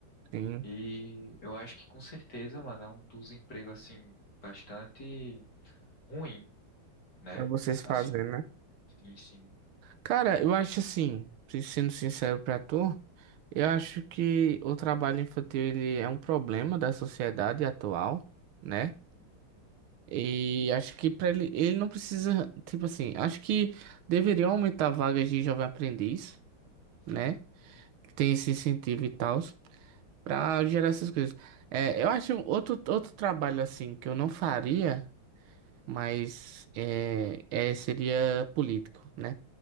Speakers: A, on the right; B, on the left.
A: Sim,
B: E eu acho que com certeza, mano, é um dos empregos, assim, bastante ruim, né?
A: pra vocês
B: Assim,
A: fazerem, né?
B: sim, sim,
A: Cara, eu acho assim, se- sendo sincero pra tu, eu acho que o trabalho infantil ele é um problema da sociedade atual, né?
B: Uhum.
A: E acho que para ele, ele não precisa, tipo assim, acho que deveriam aumentar vagas de jovem aprendiz,
B: sim,
A: né? Que Tem esse incentivo e tal, para gerar essas coisas. É, eu acho outro, outro trabalho assim que eu não faria, mas é, é, seria político, né?